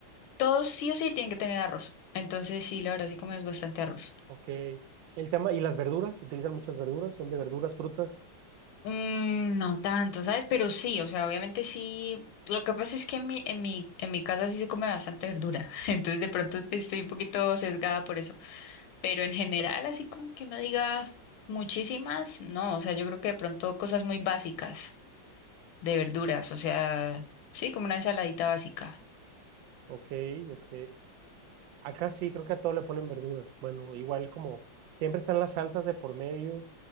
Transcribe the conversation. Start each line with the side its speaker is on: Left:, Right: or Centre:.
Left: todos sí o sí tienen que tener arroz. Entonces sí, la verdad sí comes bastante arroz.
Right: Ok, el tema, ¿y las verduras? ¿Utilizan muchas verduras? ¿Son de verduras, frutas?
Left: Mm, no tanto, ¿sabes? Pero sí, o sea, obviamente sí. Lo que pasa es que en mi, en mi, en mi casa sí se come bastante verdura, <laughs> entonces de pronto estoy un poquito sesgada por eso. Pero en general, así como que uno diga muchísimas, no, o sea, yo creo que de pronto cosas muy básicas de verduras, o sea, sí, como una ensaladita básica.
Right: Ok, ok. Acá sí, creo que a todo le ponen verduras. Bueno, igual como siempre están las salsas de por medio